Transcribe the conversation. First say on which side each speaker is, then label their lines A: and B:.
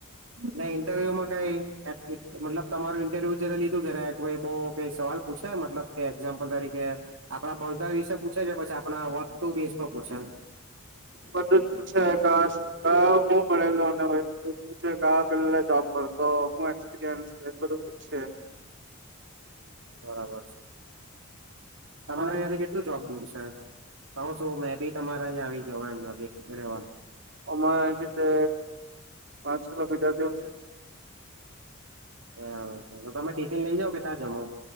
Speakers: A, on the right (about 70°); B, on the right (about 55°).
A: ના ઇંન્ટરવ્યુમાં કઈ મતલબ તમારું ઇન્ટરવ્યુ જયારે લીધું ત ભાઈ બહ કઈ સવાલ પૂછે મતબ ક કે એક્ઝામ્પલ તારીખે આપડા ભણતર વિશે પૂછે છે પછી આપણા વસ્તુ પૂ છે
B: બધું જ પૂછે હું ભણેલુંધ પૂ પે જોબ કરતો એપરયસ બું પૂછ
A: બરાબર છે તમારા
B: અમારે
A: અંથી કેટલું જોબ દૂર છે તો છું મે ભી તમારા અં આવી જવા એમવા
B: આમાં એ રીતે પાંચ કિલો મીટર જેવું છે
A: બરાબર છે તો તમે ટિફિન લઈ જાવ કે ત્યાં જમો